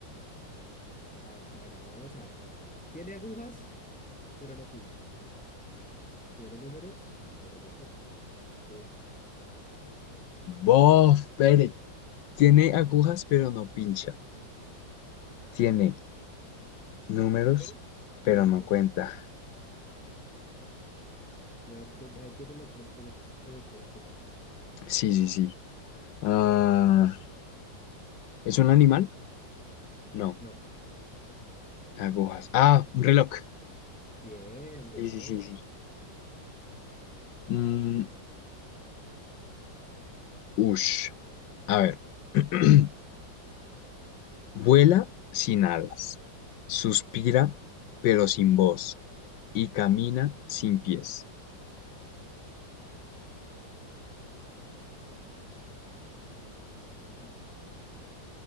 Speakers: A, in the centre; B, on the left (about 75°).
A: A ver, a ver, a ver, vamos a ver. Tiene agujas, pero no pincha. Tiene números, pero no cuenta. ¿Qué es?
B: Bof, pere. Tiene agujas, pero no pincha. Tiene números,
A: Números,
B: pero
A: pero no
B: no
A: cuenta.
B: cuenta.
A: A ver, tiene- ahí tiene las tres preguntas que me quiere hacer.
B: Sí, sí, sí. Ah, ¿es un animal? No,
A: No.
B: agujas. Ah, un reloj.
A: Bien, bien.
B: Sí, sí, sí, sí. Mm, ush. A
A: A ver,
B: ver.
A: hágalo.
B: <clears throat> Vuela sin alas, suspira pero sin voz y camina sin pies.
A: Vuela sin alas.